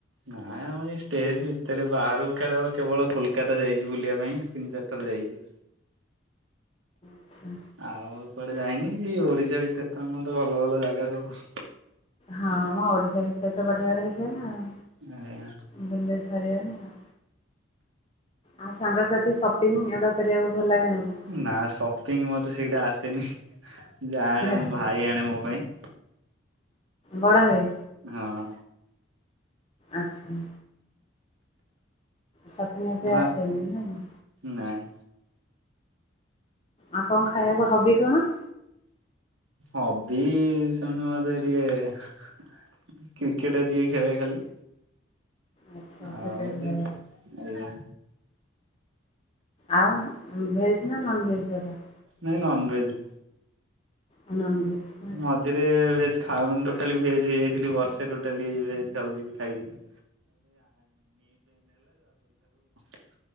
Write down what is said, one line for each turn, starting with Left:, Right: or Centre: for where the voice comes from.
Right: ନାଇଁ ଆମ ଏଇ ଷ୍ଟେଟ ଭିତରେ ବାହାରକୁ ଖେଳିବ କେବଳ କୋଲକାତା ଯାଇଛି ବୁଲିବା ପାଇଁ ତିନି ଚାରିଥର ଯାଇଚି।
Left: ଆଚ୍ଛା।
Right: ଆଉ କୁଆଡେ ଯାଇନି ଏଇ ଓଡିଶା ଭିତରେ ତ ଆମର ତ ଭଲ ଭଲ ଜାଗା ସବୁ
Left: ହଁ ଆମ ଓଡିଶା ଭିତରେ ତ ବଢିଆ ବଢିଆ ଜାଗା ଆଉ।
Right: ହୁଁ।
Left: ବୁଲିଲେ ସରିବନି ଆଉ। ଆଉ ସାଙ୍ଗସାଥି ସପିଙ୍ଗ ଏଗୁଡା କରିବାକୁ ଭଲ ଲାଗେ ନା ନାହିଁ?
Right: ନା ସପିଙ୍ଗ ମତେ ସେଇଟା ଆସେନି ଯାହା ଆଣେ
Left: ଆଚ୍ଛା
Right: ମୋ ଭାଇ ଆଣେ ମୋ ପାଇଁ।
Left: ବଡ଼ ଭାଇ?
Right: ହଁ।
Left: ଆଚ୍ଛା। ସବୁ ମୋତେ
Right: ହଁ
Left: ଆସେନି ନାକି?
Right: ନାଇଁ।
Left: ଆଉ କଣ ଖାଇବାକୁ ହବି କଣ?
Right: ହବି <unintelligible> କ୍ରିକେଟ ଟିକେ ଖେଳେ ଖାଲି।
Left: ଆଚ୍ଛା କ୍ରିକେଟ
Right: ଆଉ
Left: ଖେଳ
Right: ଆଜ୍ଞା।
Left: ଆଉ ଭେଜ୍ ନା ନନ୍ ଭେଜ୍ ଵାଲା?
Right: ନନ ଭେଜେ।
Left: ହଁ ନନ ବେଜ।
Right: ମଝିରେ ଭେଜ ଖଉ ମାନ ଟୋଟାଲି ଭେଜ ହେଇଯାଇଥିଲି ବର୍ଷେ ଟୋଟାଲି ଭେଜ ଖାଉଥିଲ ଖାଇଥିଲୁ। <unintelligible>